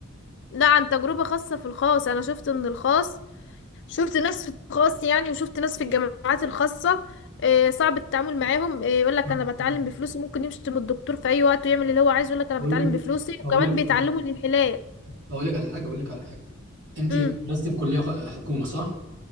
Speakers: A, on the left (about 60°); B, on the right (about 60°).
A: لا عن تجربة خاصة في الخاص أنا شفت إن الخاص شفت ناس في الخاص يعني وشفت ناس في الجامعات الخاصة آه، صعب التعامل معاهم آه، يقول لك
B: لا،
A: أنا بتعلم بفلوسي ممكن يشتم الدكتور في أي وقت ويعمل اللي هو عايزه يقول لك أنا
B: بقول
A: بتعلم
B: لك
A: بفلوسي
B: بقول
A: وكمان
B: لك
A: بيتعلموا الانحلال
B: بقول لك على حاجه اقول لك على حاجه انت
A: امم
B: درستي في كليه خ- حكومه صح